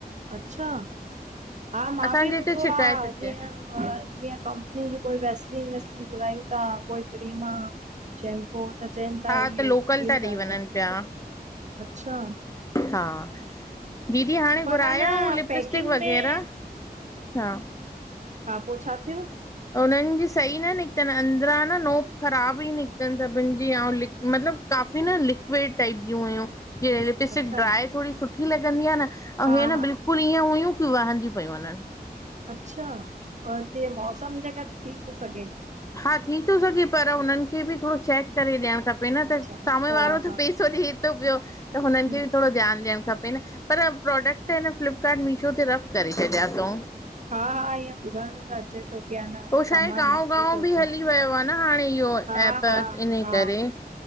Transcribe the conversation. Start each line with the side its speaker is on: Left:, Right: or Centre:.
Right: अच्छा, हा मां
Left: असांजे
Right: बि
Left: हिते
Right: ॿुधो
Left: शिकायत
Right: आहे,
Left: अचे
Right: जीअं जीअं कंपनी जी कोई वेस्लिन- वेसलिन घुरायूं था, कोई क्रीम शेम्पु त चअन था
Left: हा
Right: इए
Left: त लोकल
Right: ठीक
Left: था ॾेई
Right: आहे,
Left: वञनि पिया
Right: अच्छा।
Left: हा, दीदी हाणे
Right: पर
Left: घुराया
Right: अ न
Left: हुयउँ, लिपस्टिक
Right: पैकिंग
Left: वग़ैरह,
Right: में
Left: हा।
Right: हा पो छा थियो?
Left: उनन जी सही न निकतन, अंदरां ना नोब ख़राब ई निकतन सभिन जी, अऊं मतलब काफ़ी न लिक्विड टाइप ज्यूं हुयूं। हीअ लिपस्टिक
Right: अच्छा
Left: ड्राइ थोड़ी सुठी लॻंदी आ न, अऊं
Right: हा
Left: हे न
Right: हा हा
Left: बिल्कु -कुल ईअं हुयूं, कि वहंदयूं पयूं वञन।
Right: अच्छा, त ये मौसम जेकरे थी तो सघे।
Left: हा, थी तो सघे, पर हुनन खे बि थोड़ो चैक करे ॾयण खप उहोई न
Right: अच्छा
Left: त साम्हूं
Right: हा
Left: वारो
Right: हा
Left: त पेसो ॾिए तो प्यो, त हुनन
Right: हम्म
Left: खे बि थोड़ो ध्यान ॾियण खपे न। पर प्रोडक्ट, न फ्लिपकार्ट, मीशो ते रफ़ करे छॾया तऊं।
Right: हा हा, इअं ॿुधण में अचे तो, कि आन
Left: उहो छा
Right: सामान
Left: आहे गांव
Right: नकली
Left: गांव
Right: तो
Left: बि
Right: अचे,
Left: हली वियो आहे न हाणे इहो
Right: हा
Left: ऐप
Right: हा
Left: इन
Right: हा
Left: करे